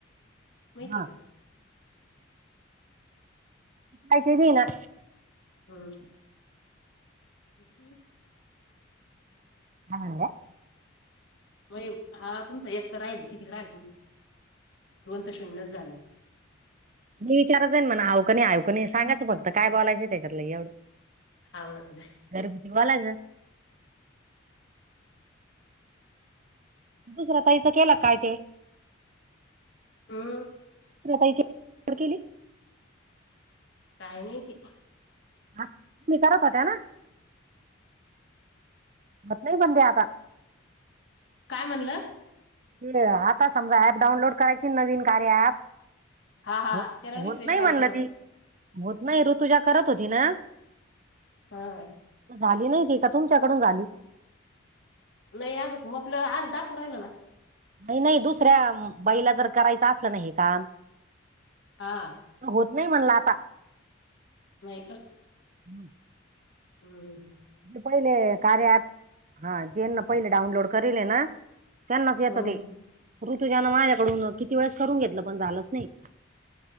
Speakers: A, on the left; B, on the right.
A: माहिती
B: हा
A: का?
B: पैशेच येईना.
A: ह्म्म <inaudible>
B: <inaudible>
A: व्हय ओ, हा तुमचा एक तर राहीला. <inaudible> दोन तर शून्यच झाले.
B: मी विचारत जाईन म्हणा, हो का नाही? हो का नाही? सांगायचं
A: आवडत
B: फक्त काय बोलायचं त्याच्यातलं एवढं.
A: आवडत नाही.
B: घरगुती बोलायचं. दुसऱ्या ताईचा केला काय ते?
A: हम्.
B: ताथड केली <unintelligible>
A: काय माहिती.
B: हा तुम्ही करत होत्या ना? होत नाही पण ते आता.
A: काय म्हणलं.
B: ते आता समजा ॲप डाऊनलोड करायचीन. नवीन कार्या ॲप.
A: हा हा
B: होत
A: त्याला
B: होत
A: रिफ्रेश
B: नाही
A: करायचं
B: म्हणलं
A: डबल
B: ती. होत नाही. ऋतुजा करत होती ना.
A: ह.
B: झाली नाही ती. का तुमच्याकडून झाली?
A: नाही अजुक. मोपलं आज दाखू राहिलं ना.
B: नाही नाही दुसऱ्या बाईला जर करायचं असलं ना हे काम.
A: हा.
B: होत नाही म्हणल आता.
A: नाहीत.
B: <unintelligible>
A: हम्म हम्म.
B: ते पहिले कार्या ॲप. हा जेना पहिले डाऊनलोड करीले ना. त्यांनाच येताते.
A: हम्म
B: ऋतुजान माझ्याकडून किती वेळेस करून घेतलं. पण झालंच नाही.